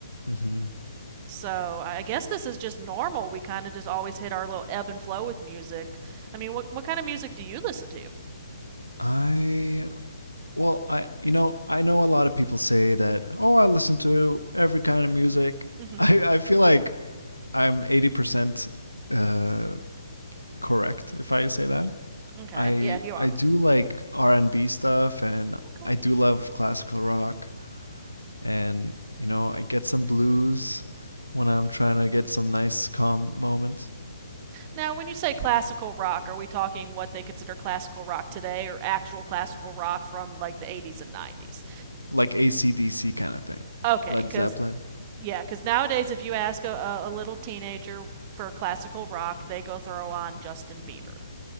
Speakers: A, on the right (about 80°); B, on the right (about 25°).
A: Mm-hmm.
B: So I guess this is just normal. We kind of just always hit our little ebb and flow with music. I mean, what what kind of music do you listen to?
A: I well, I you know I know a lot of people say that. Oh, I listen to every kind of music.
B: Mm-hmm.
A: <laughs> I I feel like I'm eighty percent uh, correct if I say that.
B: Okay.
A: I
B: Yeah, you are.
A: I do like R and B stuff, and
B: Okay.
A: I do love classical rock. and you know I get some blues when I'm trying to get some nice calm moments,
B: Now, when you say classical rock, are we talking what they consider classical rock today, or actual classical rock from like the 80s and 90s?
A: like ACDC kind of thing,
B: Okay,
A: Led
B: because
A: Zeppelin.
B: Yeah, because nowadays, if you ask a- a, little teenager for classical rock, they go throw on Justin Bieber.